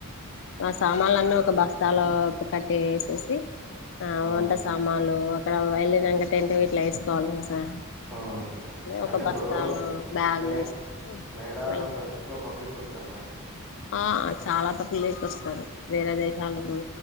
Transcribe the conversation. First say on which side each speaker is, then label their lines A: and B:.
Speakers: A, on the left; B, in the centre.
A: నా సామాన్లు అన్నీ ఒక బస్తాలోపు కట్టెసేసి ఆ
B: మ్మ్
A: వంట సామాన్లు అక్కడ వెళ్ళినాకట టెంట్ వీట్లా వేసుకోవాలి తెలుసా
B: మ్మ్
A: ఒక
B: అంటే
A: బస్తాలో
B: ఇప్పుడు
A: బ్యాగు్లు
B: మే
A: వేసి
B: మేడారంలో
A: మళ్ళీ
B: ఎక్కువ పబ్లిక్ వస్తారు మేడం
A: ఆ చాలా పట్లకి వస్తారు వేరే దేశాల ను